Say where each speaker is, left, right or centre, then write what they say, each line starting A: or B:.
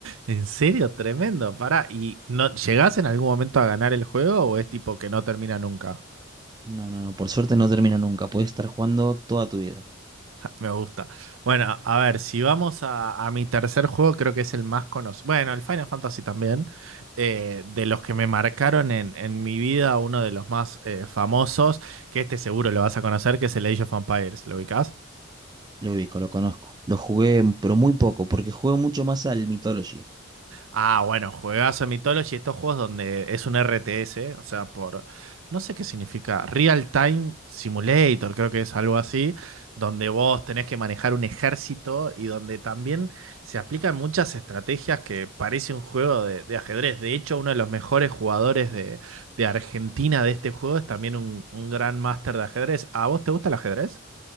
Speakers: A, on the right; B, on the right.
A: En serio, tremendo. Pará, ¿y no llegás en algún momento a ganar el juego o es tipo que no termina nunca?
B: No, no, no, por suerte no termina nunca. Podés estar jugando toda tu vida.
A: Me gusta. Bueno, a ver, si vamos a, a mi tercer juego, creo que es el más conocido. Bueno, el Final Fantasy también. eh, de los que me marcaron en, en mi vida, uno de los más eh, famosos, que este seguro lo vas a conocer, que es el Age of Empires. ¿Lo ubicás?
B: Lo ubico, lo conozco. Lo jugué, pero muy poco, porque juego mucho más al Mythology.
A: Ah, bueno, juegazo Mythology, estos juegos donde es un RTS, o sea, por, no sé qué significa, Real Time Simulator, creo que es algo así, donde vos tenés que manejar un ejército y donde también se aplican muchas estrategias que parece un juego de, de ajedrez. De hecho, uno de los mejores jugadores de, de Argentina de este juego es también un, un gran máster de ajedrez. ¿A vos te gusta el ajedrez?